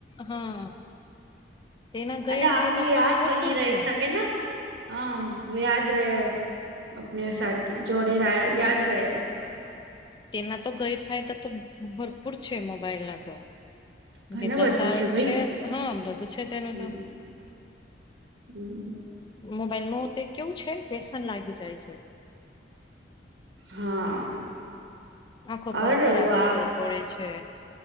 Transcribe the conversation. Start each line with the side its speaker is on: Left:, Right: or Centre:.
Left: હા તેના ગેરફાયદા
Right: અને આપની
Left: પણ
Right: યાદ
Left: ભરપૂર
Right: બની રહી
Left: છે
Right: શકે ને હા યાદ રહે આપને સાથે જોડે રહ્યા યાદ રહે
Left: તેના તો ગેરફાયદા તો ભરપૂર છે મોબાઈલ ના તો
Right: ઘણું
Left: જેટલા
Right: બધું
Left: સાર
Right: ભાઈ
Left: છે હા બધું છે તેનું
Right: હમ
Left: તો
Right: હમ
Left: મોબાઈલ નું તે કેવું છે વ્યસન લાગી જાય છે
Right: હા
Left: આંખો પર
Right: અરે
Left: ખરાબ
Right: વાહ
Left: અસર પડે છે